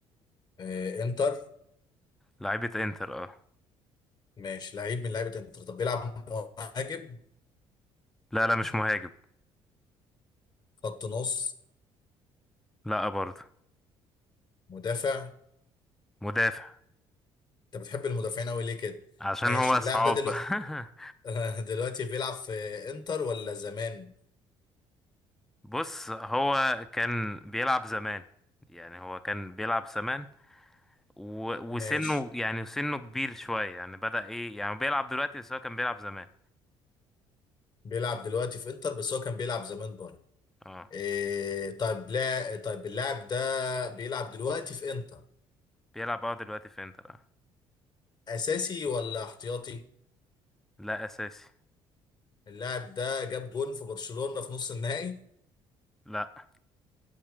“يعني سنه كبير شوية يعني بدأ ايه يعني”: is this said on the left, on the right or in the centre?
Centre